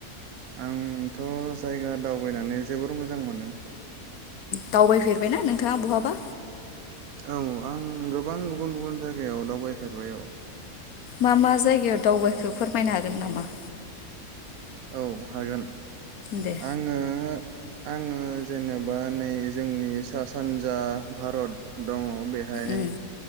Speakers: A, on the right; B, on the left.
A: आंथ' जायगा दावबायनानै जोबोर मोजां मोनो
B: दावबायफेरबायना नोंथाङा बहाबा
A: औ आं गोबां गुबुन गुबुन जायगायाव दावबायफेरबाय औ
B: मा मा जायगायाव दावबायखो फोरमायनो हागोन नामा
A: औ हागोन
B: दे
A: आंङो आङो जेनेबा नै जोंनि सा सानजा भारत दङ बेहाय
B: उम